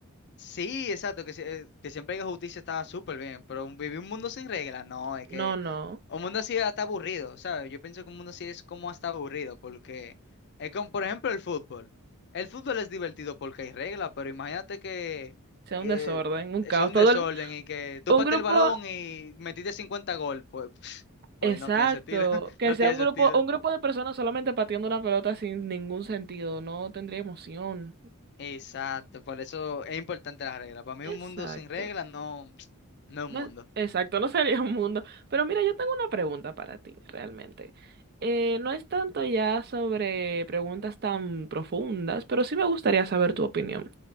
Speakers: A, on the left; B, on the right.
A: Sí, exacto, que, si- eh, que siempre hay justicia estaba súper bien, pero un- vivir un mundo sin reglas, no, es que
B: No, no,
A: un mundo así está aburrido, ¿sabes? Yo pienso que un mundo así es como hasta aburrido, porque es como, por ejemplo, el fútbol. El fútbol es divertido porque hay reglas, pero imagínate que,
B: sea
A: que
B: un desorden, un
A: es
B: caos.
A: un
B: Todo
A: desorden
B: el-
A: y que tú
B: un
A: pateas
B: grupo,
A: el balón y metiste 50 gol, pues, <laughs> pues
B: Exacto,
A: no tiene sentido, <laughs>
B: que
A: no
B: sea
A: tiene
B: un
A: sentido.
B: grupo, un grupo de personas solamente pateando una pelota sin ningún sentido, no tendría emoción.
A: Exacto, por eso es importante las reglas. Para mí
B: Exacto.
A: un mundo sin reglas no, <tsk> no es
B: No,
A: un mundo.
B: exacto, no sería un mundo. Pero mira, yo tengo una pregunta para ti, realmente. Eh, no es tanto ya sobre preguntas tan profundas, pero sí me gustaría saber tu opinión.